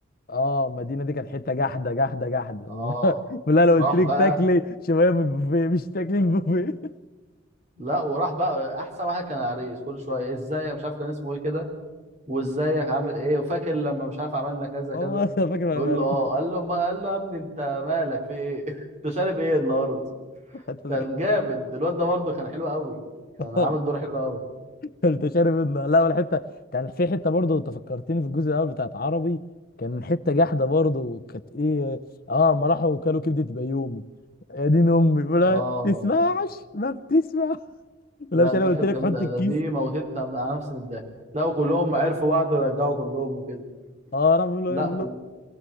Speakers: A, on the left; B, on the right.
A: اه المدينه دي كانت حته جحده جحده جحده
B: اه
A: <laughs> لا لو
B: راح
A: قلت لك
B: بقى
A: تاكلي شويه من البوفيه مش تاكلي البوفيه
B: لا وراح بقى احسن واحد كان العريس كل شوية ازاي أنا مش عارف كان اسمه ايه كده وازيك عامل ايه وفاكر لما مش عارف عملنا كذا
A: <laughs> هو
B: كذا
A: اصلا فاكر
B: يقول
A: انا
B: له اه قال له ما قال له يا ابني انت مالك في ايه <laughs> انت شارب ايه النهارده
A: الحته
B: كان
A: دي كانت
B: جامد الواد ده برضه كان حلو قوي كان
A: <laughs>
B: عامل
A: آه،
B: دور حلو قوي
A: كنت شارب الن- لا والحته كان في حته برضه انت فكرتني في الجزء الاول بتاعت عربي كان حته جحده برضه وكانت ايه اه ما راحوا وكلوا كبده بيومي يا دين امي ولا
B: اه
A: بتسمعش ما بتسمع <laughs>
B: لا
A: ولا مش
B: دي
A: انا قلت
B: كانت
A: لك
B: جامده
A: حط الكيس
B: ده دي موتت على نفسي من الضحك لا وكلهم عرفوا بعض ورجعوا كلهم وكده
A: اه راح بيقول له
B: لا
A: ايه
B: و...